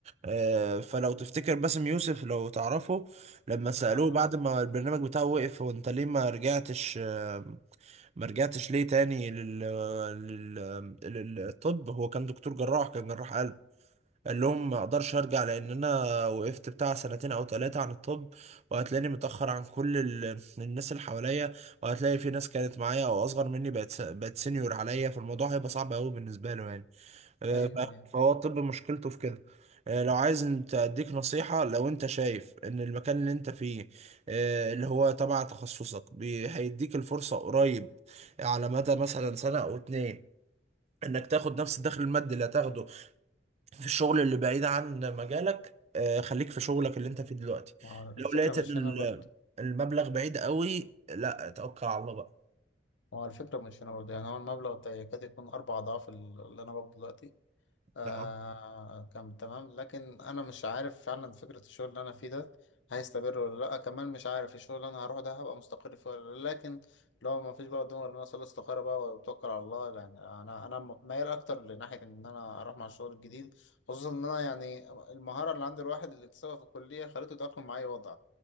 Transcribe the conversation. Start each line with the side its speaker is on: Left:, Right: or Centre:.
Right: آه، فلو تفتكر باسم يوسف لو تعرفه لما سألوه
Left: اه
Right: بعد
Left: عارف.
Right: ما البرنامج بتاعه وقف هو انت ليه ما رجعتش آه، ما رجعتش ليه تاني لل... آه، لل... للطب هو كان دكتور جراح كان جراح قلب قال لهم ما اقدرش ارجع لان انا وقفت بتاع سنتين او ثلاثة عن الطب وهتلاقيني متأخر عن كل ال- الناس اللي حواليا وهتلاقي في ناس كانت معايا او اصغر مني بقت س- بقت سينيور عليا فالموضوع هيبقى صعب قوي بالنسبة له يعني آه،
Left: ايوه
Right: ف-
Left: ايوه
Right: فهو الطب مشكلته في كده آه، لو عايز انت اديك نصيحة لو انت شايف ان المكان اللي انت فيه آه، اللي هو تبع تخصصك بي- هيديك الفرصة قريب على مدى مثلا سنة او اتنين انك تاخد نفس الدخل المادي اللي هتاخده في الشغل اللي بعيد عن مجالك آه، خليك في شغلك اللي انت فيه دلوقتي
Left: ما هو الفكرة
Right: لو لقيت
Left: مش
Right: ان ال-
Left: هنا برضه
Right: المبلغ بعيد قوي لا توكل على الله بقى
Left: هو الفكرة مش هنا برضه يعني هو المبلغ ده يكاد يكون أربع أضعاف ال- اللي أنا باخده دلوقتي آه
Right: تمام
Left: كان تمام لكن أنا مش عارف فعلا فكرة الشغل اللي أنا فيه ده هيستمر ولا لأ كمان مش عارف الشغل اللي أنا هروح ده هبقى مستقر فيه ولا لأ لكن لو ما فيش بقى قدامي غير إن أنا أصلي استخارة بقى وأتوكل على الله يعني أنا أنا م- ميال أكتر لناحية إن أنا أروح مع الشغل الجديد خصوصا إن أنا يعني المهارة اللي عند الواحد اللي اكتسبها في الكلية خليته يتأقلم مع أي وضع